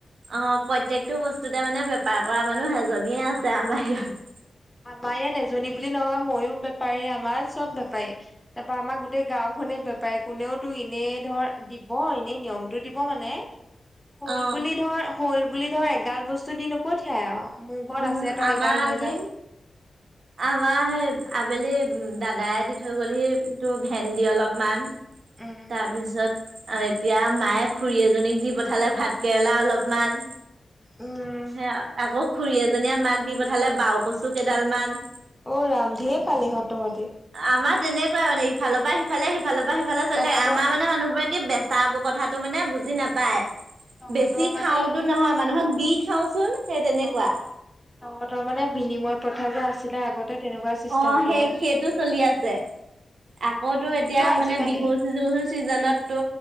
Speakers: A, on the right (about 70°); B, in the centre.
A: অ, প্ৰত্যেকটো বস্তুতে মানে বেপাৰ কৰা মানুহ এজনীয়ে আছে আমাৰ ইয়াত,
B: আমাৰ ইয়াত এজনী বুলি নহয় ময়ো বেপাৰী আমাৰ চব বেপাৰী। তাৰপা আমাৰ গো গোটেই গাঁওখনে বেপাৰী কোনেওতো এনেই ধৰ দিব এনেই নিয়মটো দিব মানে, হল
A: অ
B: বুলি ধৰ হল বুলি ধৰ এগাল বস্তু দি নপঠিয়াই আৰু। মোৰ ঘত
A: উম
B: আছে তই
A: আমাৰ
B: এইগাৰ লৈ
A: আজি
B: যাই।
A: আমাৰ সেই আবেলি দাদাই দি থৈ গ'লহি তোৰ ভেন্দ অলপমান,
B: উম
A: তাৰপিছত এতিয়া মায়ে খুৰী এজনীক দি পঠালে ভাত কেৰেলা অলপমান,
B: উম
A: সে আকৌ খুৰী এজনীয়ে মাক দি পঠালে বাও কচো কেইডাল মান।
B: অ, ৰামধে পালি হঁত তহঁতি।
A: আমাৰ তেনেকুৱাই মানে ইফৰ পৰা সিফালে সিফালৰ পৰা সিফালে চলিয়ে
B: তহঁতৰ
A: থাকে আমাৰ মানে মানুহবোৰে কি বেচা কথাটো মানে বুজি নাপায়
B: তহঁতৰ
A: বেছি
B: মানে
A: খাওতো
B: সেই
A: নহয় মানুহক দি খাওচোন, সেই তেনেকুৱা
B: তহঁতৰ তহঁতৰ মানে বিনিময় প্ৰথা যে আছিলে আগতে, তেনেকুৱা চিষ্টেম
A: অ,
B: অকমান।
A: সেই-সেইটো চলি আছে। আকৌ তো এতিয়া
B: কিন্তু আজিকালি
A: মানে বিহু চি চিজনত তো